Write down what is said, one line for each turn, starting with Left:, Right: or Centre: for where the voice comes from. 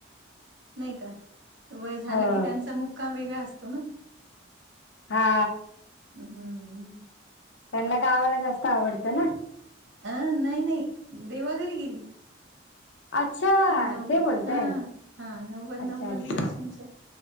Right: नाही का वय झालं.
Left: हो
Right: की त्यांचा मुक्काम वेगळा असतो. ना
Left: हा
Right: हम्म हम्म
Left: त्यांना गावाला जास्त आवडतं ना
Right: अं नाही नाही देवा घरी गेलीत.
Left: अच्छा
Right: नव्वद
Left: ते बोलताय
Right: हा हा नव्वद
Left: अच्छा
Right: नव्वद
Left: अच्छा
Right: वर्षांच्या
Left: अच्छा